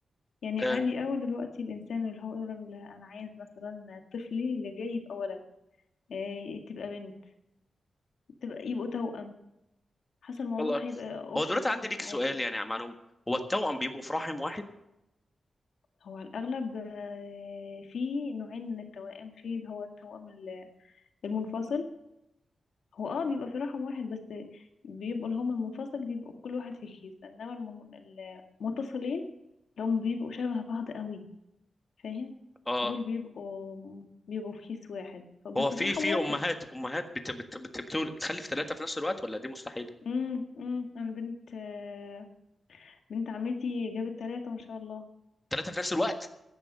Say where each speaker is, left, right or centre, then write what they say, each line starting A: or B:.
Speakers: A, on the left (about 85°); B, on the left (about 15°).
A: يعني
B: آه
A: عادي قوي دلوقتي الانسان اللي هو يقول ال- انا عايز مثلا طفلي اللي جاي يبقى ولد آه، تبقى بنت تبقى يبقوا توأم حسب الموضوع
B: والله
A: هيبقى اوبشن
B: هو دلوقتي عندي ليك
A: عادي
B: سؤال يعني يا معلوم هو التوأم بيبقوا في رحم واحد
A: هو على الاغلب آه، في نوعين من التوائم في اللي هو التوأم ال- المنفصل هو اه بيبقى في رحم واحد بس بيبقوا اللي هم المنفصل بيبقوا كل واحد في كيس انما المن- المتصلين اللي هم بيبقوا شبه بعض قوي فاهم
B: اه
A: دول بيبقوا بيبقوا في كيس واحد ف- بس
B: هو في
A: في رحم
B: في
A: واحد
B: امهات امهات بت بت بت بتول- بتخلف ثلاثه في نفس الوقت ولا دي مستحيله
A: امم امم انا بنت آه، بنت عمتي جابت ثلاثة ما شاء الله
B: ثلاثه في نفس الوقت